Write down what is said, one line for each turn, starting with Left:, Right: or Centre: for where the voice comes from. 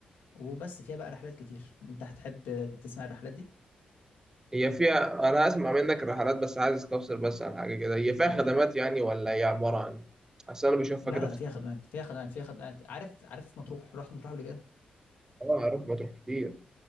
Left: وبس فيها بقى رحلات كتير أنت هتحب تسمع الرحلات دي؟
Right: هي فيها انا اسمع منك الرحلات بس عايز استفسر بس عن حاجه كده هي فيها
Left: أقول
Right: خدمات يعني ولا هي عباره عن اصل انا بشوفها
Left: لا
Right: كده
Left: لا
Right: في
Left: لا فيها خدمات فيها خدمات فيها خدمات عارف عارف مطروح رحت مطروح قبل كده؟
Right: اه اروح مطروح كتير